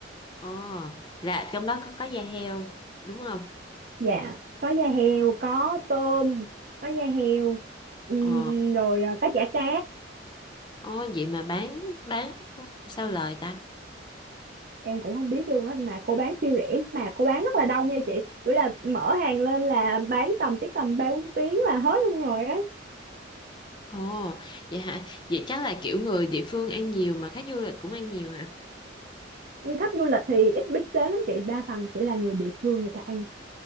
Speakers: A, on the left; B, on the right.
A: Ồ là trong đó có có da heo Đúng không
B: dạ có da heo có tôm có da heo ừm,
A: Ồ
B: rồi ờ, có chả cá
A: Ồ vậy mà bán bán sao lời ta
B: em cũng không biết luôn á mà cô bán siêu rẻ mà cô bán rất là đông nha chị kiểu là mở hàng lên là bán tầm chắc tầm ba bốn tiếng là hết luôn rồi á
A: Ồ vậy hả Vậy chắc là kiểu người địa phương ăn nhiều Mà khách du lịch cũng ăn nhiều hả?
B: khách du lịch thì ít biết đến lắm chị đa phần sẽ là người địa phương người ta ăn